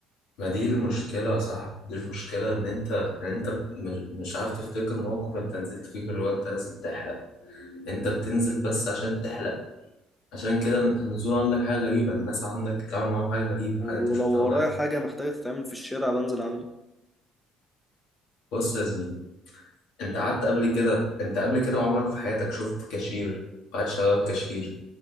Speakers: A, on the left; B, in the centre.
A: ما دي المشكلة يا صاحبي دي المشكلة ان انت ان انت مش مش عارف تفتكر موقف انت نزلت فيه غير وانت نازل تحلق انت بتنزل بس عشان تحلق عشان كده النزول عندك حاجة غريبة الناس عندك تعمل معاهم حاجة غريبة
B: ولو
A: حاجة انت مش متعود
B: ورايا
A: عليها
B: حاجة محتاجة تتعمل في الشارع بنزل اعملها
A: بص يا زميلي انت قعدت قبل كده انت قبل كده عمرك في حياتك شفت كاشير قاعد شغال كاشير